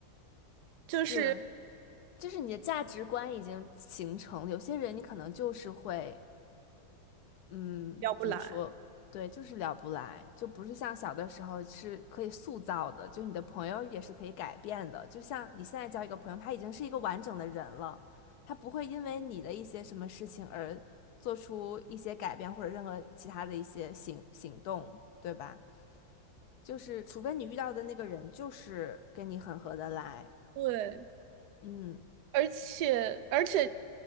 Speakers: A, on the right (about 65°); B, on the left (about 65°).
A: 就是
B: 是，就是你的价值观已经形成了。有些人你可能就是会。嗯，
A: 聊不来。
B: 怎么说？对，就是聊不来，就不是像小的时候是可以塑造的，就你的朋友也是可以改变的。就像你现在交一个朋友，他已经是一个完整的人了，他不会因为你的一些什么事情而做出一些改变或者任何其他的一些行行动，对吧？就是除非你遇到的那个人就是跟你很合得来，
A: 对。
B: 嗯
A: 而且而且